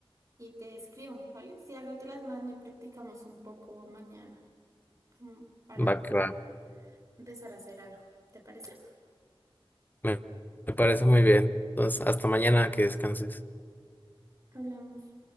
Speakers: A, on the right; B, on the left.
A: y te escribo, ¿vale? Si algo te las mando y practicamos un poco mañana, como para empezar,
B: Va que va.
A: empezar a hacer algo. ¿Te parece?
B: Me, me parece muy bien. Entonces, hasta mañana, que descanses.
A: Hablamos.